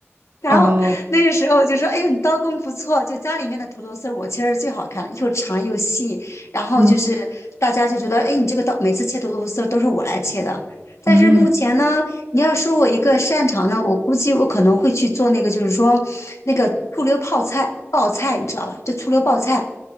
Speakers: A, on the left; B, on the right.
A: 然后那个时候就说：
B: 哦，
A: “哎呦，你刀工不错，就家里面的土豆丝我切是最好看的，又长又细。然后就是大家就觉得，
B: 嗯
A: 哎，你这个刀每次切土豆丝都是我来切的。但是目前呢，
B: 嗯，
A: 你要说我一个擅长的，我估计我可能会去做那个，就是说那个醋溜泡菜，爆菜，你知道吧？就醋溜爆菜。”